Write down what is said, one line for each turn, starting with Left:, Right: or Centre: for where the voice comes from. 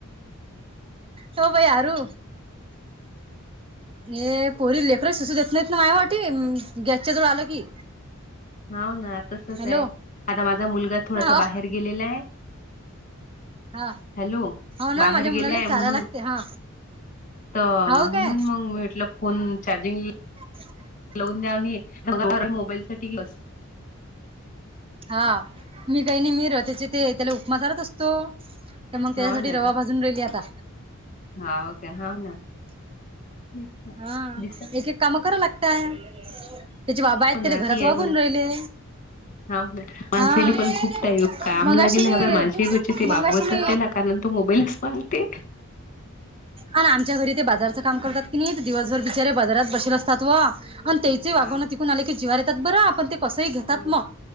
Right: हो बाई आरु हे पोरी लेकर सूचू देत नाहीत ना, माह्या वाट गॅसच्या जवळ आलं की
Left: हाव ना तसच
Right: हॅलो
Left: हाय, आता माझा मुलगा थोडासा
Right: हा
Left: बाहेर गेलेला हाय
Right: हा
Left: हॅलो
Right: हो ना
Left: बाहेर
Right: माझ्या मुलाला
Left: गेलाय
Right: चारा
Left: म्हणून
Right: लागते हा
Left: त
Right: हो
Left: म्हणून
Right: काय
Left: मग भेटलं फोन चार्जिंग
Right: अच्छा <unintelligible>
Left: लावून द्या मी मोबाईलसाठी घेवून बस
Right: हा मी काही नाही, मी र त्याचे ते त्याला उपमा चारत असतो, तर मग त्यासाठी
Left: हा ना
Right: रवा भाजत <unintelligible> घे आता
Left: हा ओके हाव ना. दिसत
Right: हा एक एक काम करू लागताय. त्याचे बाबा आहेत,
Left: म्हणा
Right: त्याले घरात
Left: ती
Right: वागून
Left: आहे म्हणा
Right: राहिले.
Left: हा ब माणसेली
Right: हा
Left: पण खूप टाईम काम
Right: मगाशी
Left: लागेले, हाव
Right: मी
Left: माझी घरची ते
Right: मगाशी
Left: वागवतात
Right: मी
Left: त्याला कारण तो मोबाईलच मांगते.
Right: आणि आमच्या घरी ते बाजारचं काम करतात की नाही, दिवसभर बिचारे बाजारात बसेल असतात ओ आणि ते जे वागुन
Left: हा
Right: तिकून आले की, जेवायला येतात बरं आपण ते कसही घेतात,
Left: हो ना
Right: मग